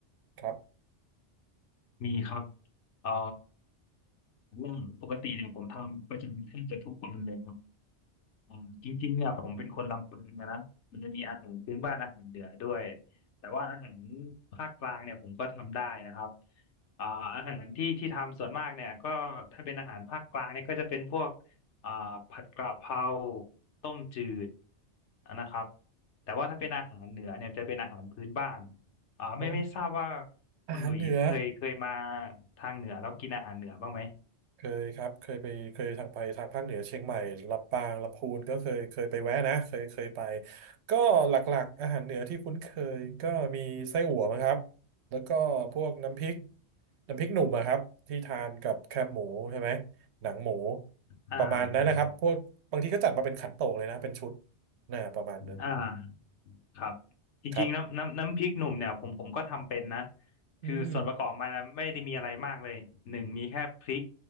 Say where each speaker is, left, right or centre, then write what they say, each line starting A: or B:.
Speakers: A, on the right; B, on the left.
A: ครับ
B: มีครับเอ่อเรื่องปกติเนี่ยผมทำประจำแทบจะทุกวันเลยครับ อืมจริงๆเนี่ยผมเป็นคนลำพูนนะนะมันจะมีอาหารพื้นบ้านอาหารเหนือด้วยแต่ว่าอาหารภาคกลางเนี่ยผมก็ทำได้นะครับอ่าอาหารที่ที่ทำส่วนมากเนี่ยก็ถ้าเป็นอาหารภาคกลางเนี่ยก็จะเป็นพวกอ่าผัดกระเพราต้มจืดนะครับแต่ว่าถ้าเป็นอาหารเหนือเนี่ยจะเป็นอาหารพื้นบ้านอ่าไม่ไม่ทราบว่า
A: อ๋ออาหารเหนือ
B: คุณหลุยส์เคยเคยมาทางเหนือแล้วกินอาหารเหนือบ้างไหม
A: เคยครับเคยไปเคยทางไปทางภาคเหนือเชียงใหม่ลำปางลำพูนก็เคยเคยไปแวะนะเคยเคยไปก็หลักๆอาหารเหนือที่คุ้นเคยก็มีไส้อั่วมั้งครับแล้วก็พวกน้ำพริกน้ำพริกหนุ่มอะครับที่ทานกับแคบหมูใช่ไหมหนังหมู
B: อ่า
A: ประมาณนั้นนะครับพวกบางทีก็จัดมาเป็นขันโตกเลยนะเป็นชุดนะประมาณนั้น
B: อ่า ครับจริงๆน้ำน้ำน้ำพริกหนุ่มเนี่ยผมผมก็ทำเป็นนะ
A: ครับอืม
B: คือส่วนประกอบมันนะไม่ได้มีอะไรมากเลยหนึ่งมีแค่พริก